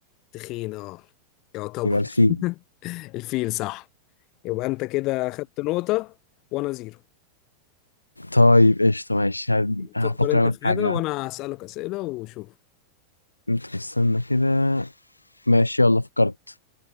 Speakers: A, on the left (about 40°); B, on the left (about 80°).
A: تخين اه يعتبر
B: يبقى الفيل
A: <laughs> الفيل صح يبقى انت كده خدت نقطة وانا زيرو
B: طيب قشطة ماشي هب- هفكر
A: فكر انت
B: أول
A: في
B: حاجة
A: حاجة وانا
B: ها؟
A: هسألك اسئلة وشوف
B: انت استنى كده ماشي يلا فكرت